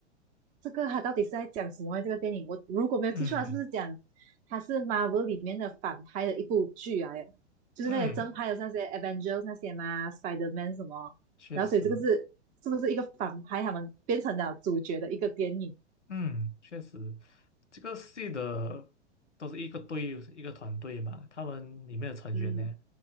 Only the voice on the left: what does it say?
嗯
嗯，
确实。
嗯，确实，这个系的都是一个队一个团队嘛，他们里面的成员呢，